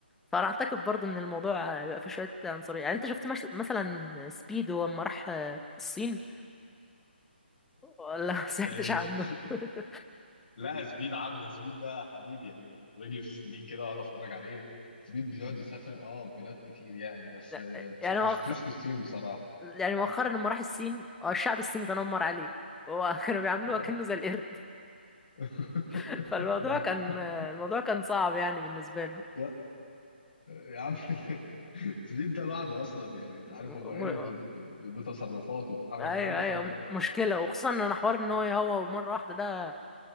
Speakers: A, in the centre; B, on the left.
A: فانا اعتقد برضو ان الموضوع بيبقى فيه شويه عنصريه يعني انت شفت مش... مثلا سبيدو لما راح آه، الصين ولا ما سمعتش
B: آه،
A: عنه
B: ش... ش...
A: <laughs>
B: لا سبيد عارفه ده سبيد ده حبيبي يعني كنت باجي في سنين كده واقعد اتفرج عليه سبيد بيقعد يسافر اه بلاد كتير يعني بس
A: لا،
B: آه، أنت
A: يعني مؤخ...
B: ما شفتوش في الصين بصراحة
A: يعني مؤخرا لما راح الصين آه، الشعب الصيني تنمر عليه هو <laughs> كانوا بيعاملوه
B: آه.
A: كأنه زي القرد
B: <laughs>
A: <laughs> فالموضوع كان الموضوع كان صعب يعني بالنسبة
B: يا يا عم سبيد ده لوحده اصلا يعني انت عارف
A: له
B: هو قرد ب... ب- بتصرفاته بيتحرك
A: ايوه
B: عنده
A: ايوه
B: حركة زيادة
A: مشكله وخصوصا ان انا حوار ان هو يهوى مره واحده ده